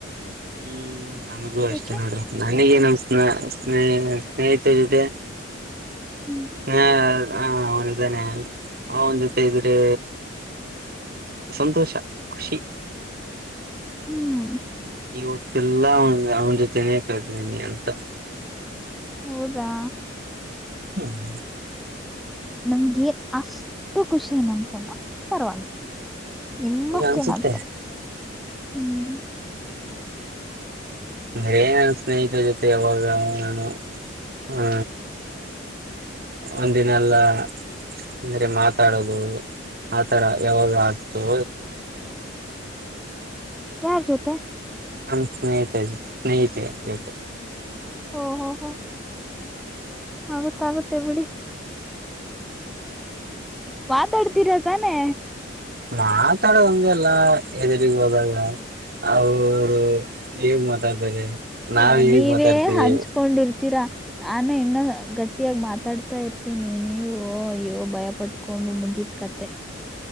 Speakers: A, on the right; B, in the centre.
A: ಹ್ಮ್ ನಮಗೂ ಅಷ್ಟೇ
B: ಯಾಕೆ
A: ನೋಡ್ರಿ ನನಗೇನ ಅ ಸ್ನೇಹ ಸ್ನೇಹಿತರ ಜೊತೆ
B: ಹ್ಮ್
A: ಹಾ ಹಾ ಅವನ ಇದಾನೆಂದು ಇದ್ರೆ ಸಂತೋಷ ಖುಷಿ
B: ಹ್ಮ್
A: ಈ ಹೊತ್ತಲ್ಲಾ ಅವನ್ ಅವನ ಜೊತೆನೇ ಕಲ್ಧಿಡಿನಿ ಅಂತ
B: ಹೌದಾ
A: ಹ್ಮ ಹ್ಮ
B: ನಮ್ಗೆ ಅಷ್ಟು ಖುಷಿನ್ನಂದ್ಸಲ ಪರವಾಗಿಲ್ಲ ನಿಮ್ಮಷ್ಟೇನ
A: ಈಗ ಅನ್ಸುತ್ತೆ
B: ಅನ್ಸಲ್ಲ ಹ್ಮ್
A: ಅಂದ್ರೆ ನನ್ ಸ್ನೇಹಿತರ ಜೊತೆ ಯಾವಾಗ ನಾನು ಹ್ಮ ಒಂದಿನಲ್ಲ ಅಂದ್ರೆ ಮಾತಾಡೋದು ಆತರ ಯಾವಾಗ ಆತು
B: ಯಾರ ಜೊತೆ
A: ನಮ ಸ್ನೇಹಿತ ಸ್ನೇಹಿತೆ ಜೊತೆ
B: ಓಹೋ ಹೋ ಆಗತ್ತ ಆಗುತ್ತೆ ಬಿಡಿ ಮಾತಾಡ್ತೀರ ತಾನೆ
A: ಮಾತಾಡದಗೆಲ್ಲ ಹೆದುರಿಗ್ ಹೋದಾಗ ಅವರು ನೀಗ್ ಮಾತಾಡ್ತಾರೆ
B: ಹ
A: ನಾವ್ ಹೇಗ್
B: ನೀವೇ
A: ಮಾತಾಡ್ತೀವಿ
B: ಹಂಚ್ಕೊಂಡಿರ್ತೀ ತೀರಾ ನಾನು ಇನ್ನು ಗಟ್ಟಿಯಾಗ ಮಾತಾಡ್ತಾ ಇರ್ತೀನಿ ನೀವು ಅಯ್ಯೋ ಭಯ ಪಟ್ಕೊಂಡು ಮುಗೀತ್ ಕತೆ